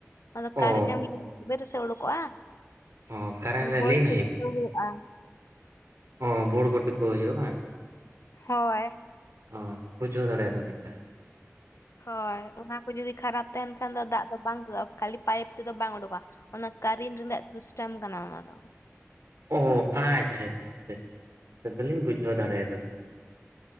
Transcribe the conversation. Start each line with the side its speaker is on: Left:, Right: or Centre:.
Left: ᱟᱫᱚ
Right: ᱚ
Left: ᱠᱟᱨᱮᱱ ᱮᱢ ᱜᱩᱡᱷᱟᱹᱣ ᱛᱚᱵᱮ ᱨᱮᱥᱮ ᱩᱰᱩᱠᱚᱜᱼᱟ
Right: ᱚ ᱠᱟᱨᱮᱱ
Left: ᱚᱱᱟ
Right: ᱨᱮ
Left: ᱵᱳᱰ
Right: ᱞᱤᱱ
Left: ᱠᱚ ᱴᱤᱯᱟᱹᱣ ᱦᱩᱭᱩᱜᱼᱟ ᱾ ᱚᱻ
Right: ᱚ ᱵᱳᱲ ᱠᱚ ᱴᱤᱯᱟᱹᱣ ᱦᱩᱭᱩᱜᱼᱟ ᱵᱟᱝ?
Left: ᱦᱳᱭ ᱾
Right: ᱚᱻ ᱵᱩᱡᱷᱟᱹᱣ ᱫᱟᱲᱮᱭᱟᱫᱞᱤᱧ ᱛᱟᱦᱚᱞᱮ ᱾
Left: ᱦᱳᱭ ᱚᱱᱟ ᱠᱚ ᱡᱩᱫᱤ ᱠᱷᱟᱨᱟᱯ ᱛᱟᱦᱮᱱ ᱠᱷᱟᱱ ᱫᱚ ᱫᱟᱜ ᱫᱚ ᱵᱟᱝ ᱳᱰᱳᱠᱚᱜᱼᱟ ᱠᱷᱟᱹᱞᱤ ᱯᱟᱭᱤᱯ ᱛᱮᱫᱚ ᱵᱟᱝ ᱳᱰᱳᱠᱚᱜᱼᱟ ᱾ ᱚᱱᱟ ᱠᱟᱨᱮᱱ ᱨᱮᱱᱟᱜ ᱥᱤᱥᱴᱮᱢ ᱠᱟᱱᱟ ᱚᱱᱟ ᱫᱚ ᱾
Right: ᱚ ᱟᱪᱪᱷᱟᱻᱟᱪᱪᱷᱟᱻᱟᱪᱪᱷᱟ ᱟᱫᱚᱞᱤᱧ ᱵᱩᱡᱷᱟᱹᱣ ᱫᱟᱲᱮᱭᱟᱫᱟ ᱛᱟᱦᱚᱞᱮ ᱾